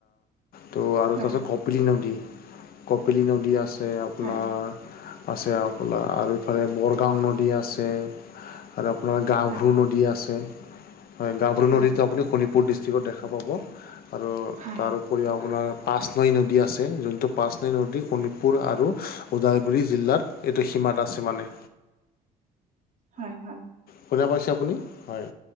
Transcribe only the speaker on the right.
হয়
হয়
হয়
হয়
হয়
হয় হয়।